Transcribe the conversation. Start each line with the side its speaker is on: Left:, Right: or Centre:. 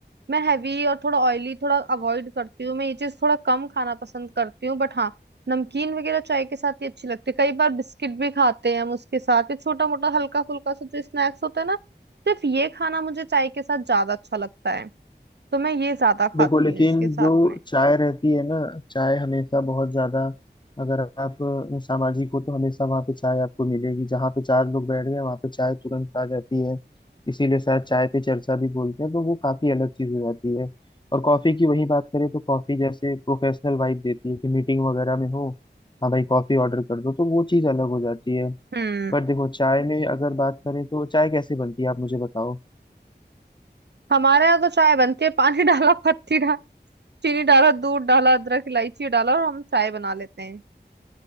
Right: मैं हैवी और थोड़ा ऑयली थोड़ा अवॉइड करती हूँ मैं ये चीज थोड़ा कम खाना पसंद करती हूँ बट हाँ नमकीन वगैरह चाय के साथ ही अच्छी लगती है कई बार बिस्किट भी खाते हैं हम उसके साथ ये छोटा मोटा हल्का फुल्का सा जो स्नैक्स होता है ना सिर्फ ये खाना मुझे चाय के साथ ज्यादा अच्छा लगता है तो मैं ये ज्यादा खाती
Left: देखो लेकिन
Right: हूँ इसके साथ
Left: जो
Right: में
Left: चाय रहती है ना चाय हमेशा बहुत ज्यादा अगर आप अ, सामाजिक हो तो हमेशा वहाँ पे चाय आपको मिलेगी जहाँ पे चार लोग बैठ गए वहाँ पे चाय तुरंत आ जाती है इसीलिए शायद चाय पे चर्चा भी बोलते हैं तो वो काफी अलग चीज हो जाती है और कॉफी की वही बात करें तो कॉफी जैसे प्रोफेशनल वाइब देती है कि मीटिंग वगैरह में हो हाँ भाई कॉफी ऑर्डर कर दो तो वो चीज अलग हो जाती है
Right: हम्म
Left: बट देखो चाय में अगर बात करें तो चाय कैसे बनती है आप मुझे बताओ
Right: हमारे यहाँ तो चाय बनती है पानी <laughs> डाला पत्ती डाला चीनी डाला दूध डाला अदरक इलायची डाला और हम चाय बना लेते हैं